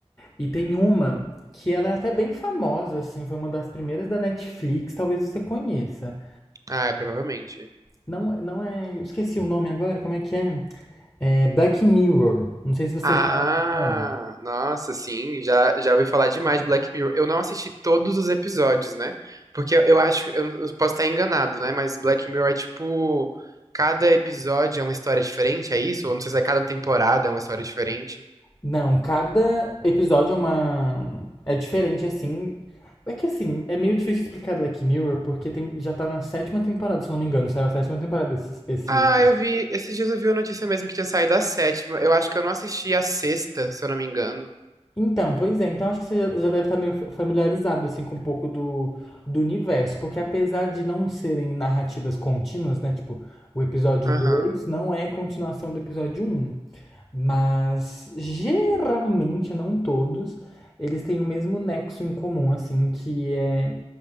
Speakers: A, on the left; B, on the right.
A: E tem uma que ela é até bem famosa, assim, foi uma das primeiras da Netflix, talvez você conheça.
B: Ah, é, provavelmente.
A: Não, não é. Esqueci o nome agora, como é que é? É Black Mirror. Não sei se você
B: Ah,
A: já ouviu falar.
B: nossa, sim, já, já ouvi falar demais de Black Mirror. Eu não assisti todos os episódios, né? Porque eu, eu acho, eu, eu posso estar enganado, né? Mas Black Mirror é tipo, cada episódio é uma história diferente, é isso? Ou não sei se é cada temporada é uma história diferente.
A: Não, cada episódio é uma. É diferente, assim. É que assim, é meio difícil explicar Black Mirror, porque tem, já tá na sétima temporada, se eu não me engano, saiu a sétima temporada esse, esse
B: Ah, eu vi, esses dias eu vi a notícia mesmo que tinha saído a sétima. Eu acho que eu não assisti a sexta, se eu não me engano.
A: Então, pois é. Então acho que você já já deve estar meio familiarizado assim com um pouco do, do universo, porque apesar de não serem narrativas contínuas, né, tipo, o episódio
B: Aham.
A: 2 não é continuação do episódio um mas geralmente, não todos, eles têm o mesmo nexo em comum, assim, que é